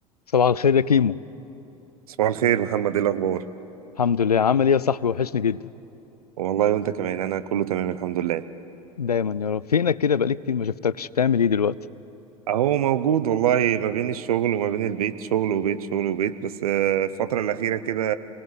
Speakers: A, on the left; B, on the right.
A: صباح الخير يا كيمو
B: صباح الخير محمد ايه الاخبار
A: الحمد لله عامل ايه يا صاحبي وحشني جدا
B: والله وانت كمان انا كله تمام الحمد لله
A: دايما يا رب فينك كده بقالي كتير ما شفتكش بتعمل ايه دلوقتي
B: اهو موجود والله ما بين الشغل وما بين البيت شغل وبيت شغل وبيت بس آه، الفترة الأخيرة كده